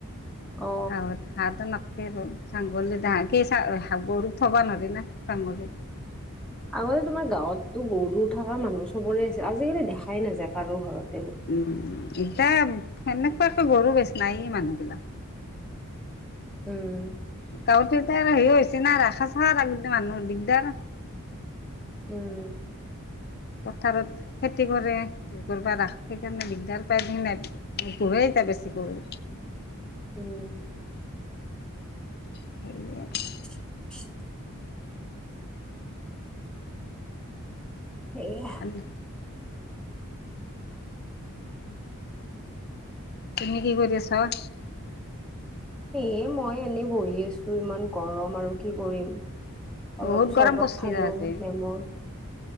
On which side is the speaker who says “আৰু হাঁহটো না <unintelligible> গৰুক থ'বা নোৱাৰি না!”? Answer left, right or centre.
Left